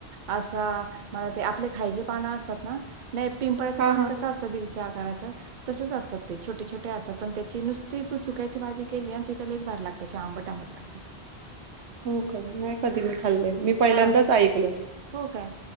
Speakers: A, on the right; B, on the right.
A: असा मला ते आपले खायचे पानं असतात ना नाही पिंपळाचं
B: हां,
A: पान
B: हां.
A: कसं असतं दिलच्या आकाराचं तसेच असतात ते छोटे छोटे असत पण त्याची नुसती तू चुक्याची भाजी केली आणि ति त्यालाच भ लागते त्या आंबट आंबट लागते क
B: हो काय नाही कधी मी खाल्लेय मी पहिल्यांदाच
A: हा
B: ऐकल
A: हो काय